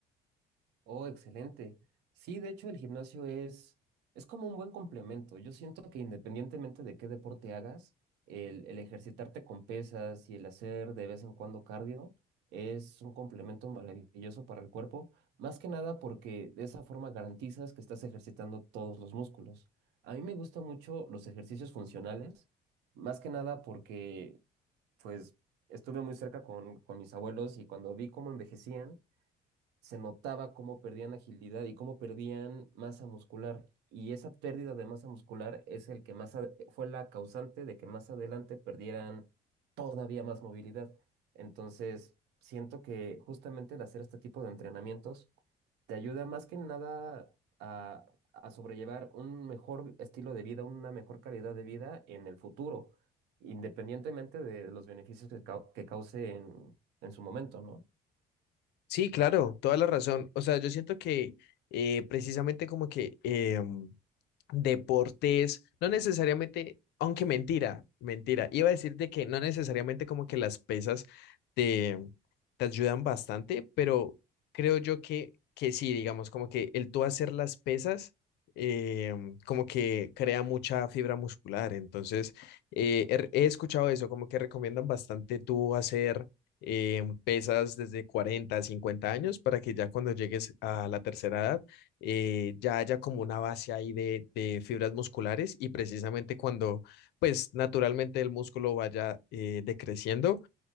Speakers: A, on the right (about 85°); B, on the left (about 80°).
A: Oh, excelente. Sí, de hecho el gimnasio es, es como un buen complemento. Yo siento que independientemente de qué deporte hagas, el, el ejercitarte con pesas y el hacer de vez en cuando cardio es un complemento maravilloso para el cuerpo, más que nada porque de esa forma garantizas que estás ejercitando todos los músculos. A mí me gustan mucho los ejercicios funcionales, más que nada porque pues estuve muy cerca con, con mis abuelos y cuando vi cómo envejecían, se notaba cómo perdían agilidad y cómo perdían masa muscular. Y esa pérdida de masa muscular es el que más ad- fue la causante de que más adelante perdieran todavía más movilidad. Entonces, siento que justamente el hacer este tipo de entrenamientos te ayuda más que nada a, a sobrellevar un mejor estilo de vida, una mejor calidad de vida en el futuro, independientemente de los beneficios que, cau- que cause en, en su momento, ¿no?
B: Sí, claro, toda la razón. O sea, yo siento que eh, precisamente como que... em, deportes, no necesariamente, aunque mentira, mentira, iba a decirte que no necesariamente como que las pesas te, te ayudan bastante, pero creo yo que, que sí, digamos, como que el tú hacer las pesas, eh, como que crea mucha fibra muscular, entonces eh, he, he escuchado eso, como que recomiendan bastante tú hacer... eh, pesas desde 40 a 50 años para que ya cuando llegues a la tercera edad eh, ya haya como una base ahí de, de fibras musculares y precisamente cuando pues naturalmente el músculo vaya eh, decreciendo,